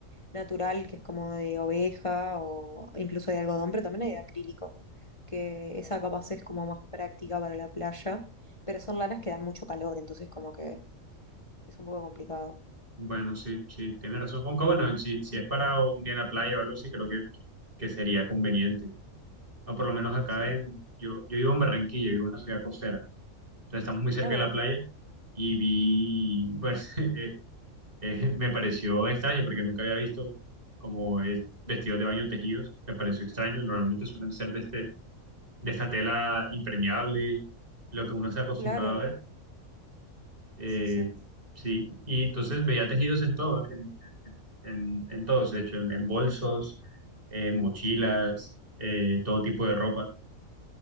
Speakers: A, on the left (about 25°); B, on the right (about 40°).
A: natural, que es como de oveja o incluso de algodón, pero también hay de acrílico, que esa capaz es como más práctica para la playa, pero son lanas que dan mucho calor, entonces como que es un poco complicado.
B: Bueno, sí, sí, tiene razón. Aunque bueno, si, si es para un día en la playa o algo así, creo que, que sería conveniente. O por lo menos acá
A: Sí.
B: en, yo, yo vivo en Barranquilla, vivo en una ciudad costera, o sea, estamos muy cerca
A: Ah, mira,
B: de la playa y vi, bueno, <laughs> Eh, <laughs> me pareció extraño porque nunca había visto como es- vestidos de baño tejidos. Me pareció extraño. Normalmente suelen ser de, este, de esta tela impermeable, lo que uno está acostumbrado
A: claro,
B: a ver. Eh,
A: sí, sí,
B: sí, y entonces veía tejidos en todo, en, en, en, en todos, de hecho, en, en bolsos, en mochilas,
A: claro.
B: eh, todo tipo de ropa.